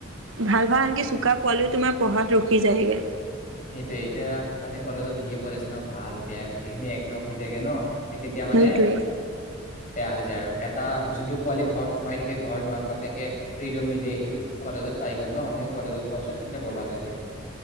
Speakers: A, on the right (about 70°); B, on the left (about 40°).
A: ভাল ভাল আনকি চুকা পোৱালিও তোমাৰ পঢ়াত ৰখি যায়গৈ
B: সেইটোয়ে এতিয়া তাতে কলেজত ধেই পালাইছে ন ভাল বেয়া গোটেইখিনি একলগ হৈ যায়গে ন তেতিয়া মানে
A: সেইটোৱে
B: বেয়া হৈ যায় আৰু এটা যোনটো পোৱালি ঘৰত সোমাই থাকে ঘৰত মাক বাপেকে ফ্ৰীডম নিদিয়ে, সেইটো কলেজত পাই গ'ল নহ সেই কলেজত পোৱা পিছত সেইটো বৰবাদ হৈ যায়।